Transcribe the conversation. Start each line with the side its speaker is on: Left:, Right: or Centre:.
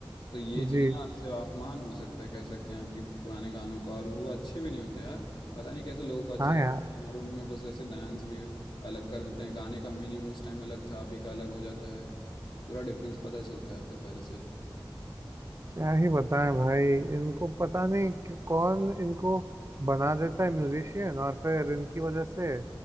Left: तो ये चीज
Right: जी
Left: ना आपसे अपमान हो सकता है कह सकते हैं आपकी पुराने गानों का और वो अच्छे भी नहीं होते यार पता नहीं कैसे लोगों को अच्छा
Right: हाँ
Left: लगता
Right: यार
Left: है और उनमें बस ऐसे डांस भी अलग कर देते हैं गाने का मीनिंग उस टाइम अलग था अभी का अलग हो जाता है पूरा डिफरेंस पता चलता है अब तो पहले से
Right: क्या ही बताएं भाई इनको पता नहीं कि कौन इनको बना देता है म्यूजिशियन और फिर इनकी वजह से